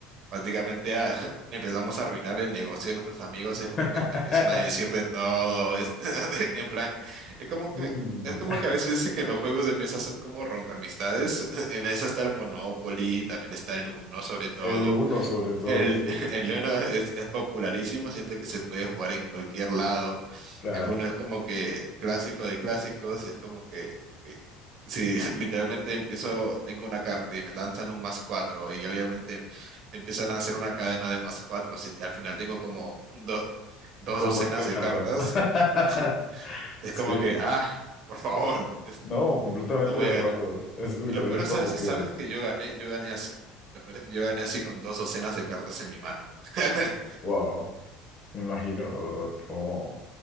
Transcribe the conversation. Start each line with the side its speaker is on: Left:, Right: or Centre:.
Right: prácticamente a- <laughs> empezamos a arruinar el negocio de nuestros amigos, es
Left: <laughs>
Right: como que te empiezan a decir de todo, es- <laughs> en plan, es como que,
Left: Mm,
Right: es como que a veces dicen que los juegos de mesa son como rompeamistades, <laughs> en eso está el Monopoly, también está el Uno sobre todo,
Left: El uno sobre todo,
Right: el,
Left: sí,
Right: <laughs> el Uno es, es popularísimo, siento que se puede jugar en cualquier lado.
Left: claro,
Right: El Uno es como que clásico de clásicos, es como que, que si <laughs> literalmente empiezo, tengo una carta y me lanzan un más cuatro y obviamente empiezan a hacer una cadena de más cuatro, si al final tengo como do- dos
Left: como
Right: docenas
Left: veinte
Right: de
Left: cartas.
Right: cartas,
Left: ¿no?
Right: <laughs>
Left: <laughs>
Right: es
Left: Sí,
Right: como que, ah, por favor, <laughs> es-
Left: no, completamente
Right: no voy
Left: de
Right: a
Left: acuerdo.
Right: ganar.
Left: Es literal,
Right: Y lo peor
Left: es
Right: es,
Left: como
Right: ¿sabes? ¿Sabes
Left: que,
Right: que yo gané? Yo gané así. Lo peor es que yo gané así con dos docenas de cartas en mi mano. <laughs>
Left: wow, me imagino, la verdad, cómo,